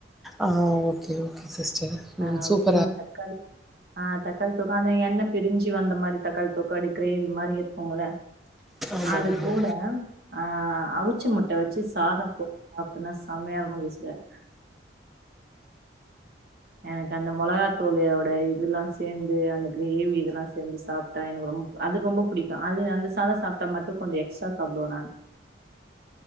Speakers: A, in the centre; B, on the right.
A: ஆ ஓகே ஓகே சிஸ்டர்
B: ஆ
A: ம்
B: அதுதா
A: சூப்பரா
B: தக்காளி ஆ தக்காளி தொக்கு அந்த எண்ண பிரிஞ்சு வந்த மாரி தக்காளி தொக்கு அப்டியே கிரேவி மாரி இருக்குல
A: ஆமா
B: அது
A: ஆமா
B: கூட ஆ அவிச்ச முட்டை வச்சு சாதம் போ சாப்டனா செமையா இருக்கு சிஸ்டர் எனக்கு அந்த மொளகா தூளோட இதெல்லா சேந்து அந்த கிரேவி இதெல்லா சேந்து சாப் ட்டா எனக்கு ரொ அது ரொம்ப புடிக்கு அது அந்த சாதோ சாப்பிட்டா மட்டு கொஞ்ச எக்ஸ்ட்ரா சாப்பிடுவே நானு